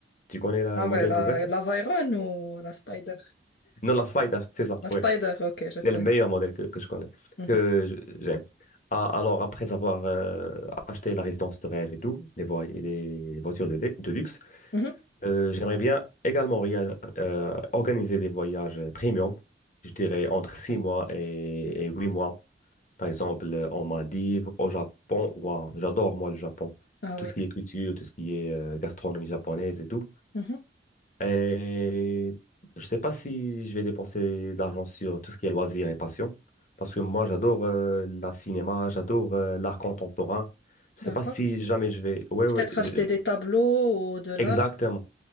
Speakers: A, on the left; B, on the left.
A: Tu connais la-
B: Ah
A: le
B: ouais,
A: modèle
B: la,
A: Bugatti?
B: la Veyron ou la Spider?
A: Non, la Spider, c'est ça,
B: La Spider,
A: oui.
B: ok, je
A: C'est
B: connais.
A: le meilleur modèle que, que je connais,
B: Mhm,
A: que je- j'aime. Ah, alors, après avoir euh, acheté la résidence de rêve et tout, les, voi- les voitures de, lu- de luxe,
B: mhm.
A: Euh, j'aimerais bien également ria- euh, organiser des voyages euh, premium, je dirais entre six mois et, et huit mois. Par exemple, euh, en Maldives, au Japon. Waouh, j'adore moi le Japon.
B: Ah
A: Tout
B: oui.
A: ce qui est culture, tout ce qui est euh, gastronomie japonaise et tout.
B: Mhm,
A: Et je sais pas si je vais dépenser de l'argent sur tout ce qui est loisirs et passion, parce que moi j'adore euh, la cinéma, j'adore euh, l'art contemporain. Je
B: D'accord.
A: sais pas si jamais je vais. Ouais,
B: Peut-être
A: ouais,
B: acheter
A: euh,
B: des tableaux ou de l'art.
A: exactement.